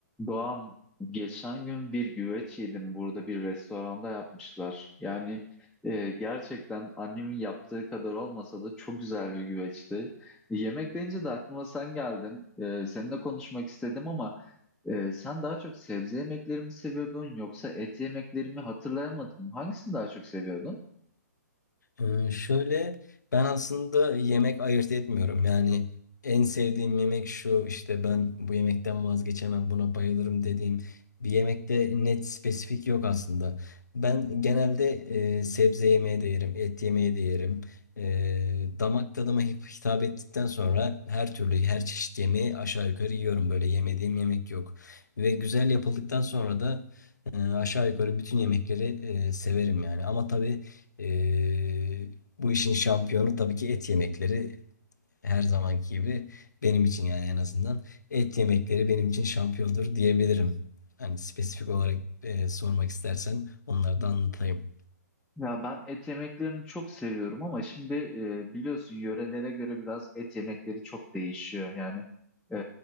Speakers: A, in the centre; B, on the left (about 80°).
A: Doğan, geçen gün bir güveç yedim burada bir restoranda yapmışlar. Yani e, gerçekten annemin yaptığı kadar olmasa da çok güzel bir güveçti. Yemek deyince de aklıma sen geldin. E, seninle konuşmak istedim ama e, sen daha çok sebze yemekleri mi seviyordun yoksa et yemekleri mi hatırlayamadım. Hangisini daha çok seviyordun?
B: Ee, şöyle ben aslında yemek ayırt etmiyorum. Yani en sevdiğim yemek şu işte ben bu yemekten vazgeçemem buna bayılırım dediğim bir yemekte net spesifik yok aslında. Ben genelde e, sebze yemeği de yerim, et yemeği de yerim. E, damak tadıma hit- hitap ettikten sonra her türlü her çeşit yemeği aşağı yukarı yiyorum. Böyle yemediğim yemek yok. Ve güzel yapıldıktan sonra da e, aşağı yukarı bütün yemekleri e, severim yani. Ama tabii ee, bu işin şampiyonu tabii ki et yemekleri her zamanki gibi benim için yani en azından et yemekleri benim için şampiyondur diyebilirim. Hani spesifik olarak e, sormak istersen onları da anlatayım.
A: Ya ben et yemeklerini çok seviyorum ama şimdi e, biliyorsun yörelere göre biraz et yemekleri çok değişiyor. Yani e,